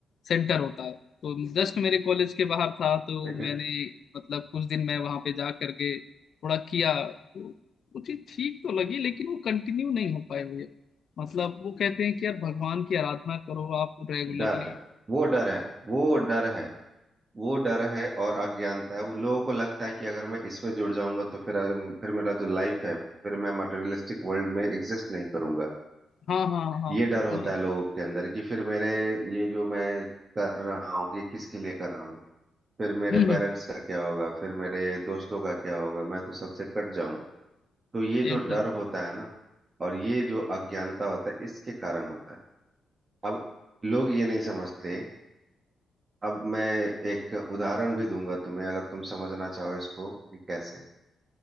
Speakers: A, on the left; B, on the right.
A: सेंटर होता है तो जस्ट मेरे कॉलेज के बाहर था तो
B: ठीक है
A: मैंने मतलब कुछ दिन मैं वहां पे जा करके थोड़ा किया तो मुझे ठीक तो लगी लेकिन वो कंटिन्यू नहीं हो पाए हुए मतलब वो कहते हैं कि यार भगवान की आराधना करो आप रेगुलरली
B: डर वो डर है वो डर है वो डर है और अज्ञानता है वो लोगों को लगता है कि अगर मैं इसमें जुड़ जाऊंगा तो फिर फिर मेरा जो लाइफ है फिर मैं मटेरियलिस्टिक वर्ल्ड में एग्जिस्ट नहीं करूंगा
A: हाँ हाँ हाँ
B: ये डर
A: वही
B: होता है लोगों के अंदर कि फिर मेरे ये जो मैं कर रहा हूँ ये किसके लिए कर रहा हूँ फिर मेरे
A: हम्म, हम्म,
B: पेरेंट्स का क्या होगा फिर मेरे दोस्तों का क्या होगा मैं तो सबसे कट जाऊंगा तो ये जो
A: एकदम
B: डर होता है ना और ये जो अज्ञानता होता है इसके कारण होता है अब लोग ये नहीं समझते अब मैं एक उदाहरण भी दूंगा तुम्हें अगर तुम समझना चाहो इसको कि कैसे